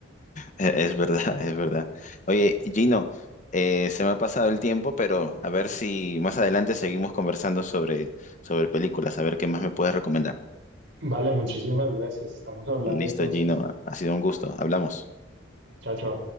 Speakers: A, on the left; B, on the right.
A: es verdad, <laughs> es verdad. Oye, Gino, eh, se me ha pasado el tiempo, pero a ver si más adelante seguimos conversando sobre, sobre películas, a ver qué más me puedes recomendar.
B: Vale, muchísimas gracias. Estamos hablando
A: Listo,
B: entonces.
A: Gino. Ha sido un gusto. Hablamos.
B: Chao, chao.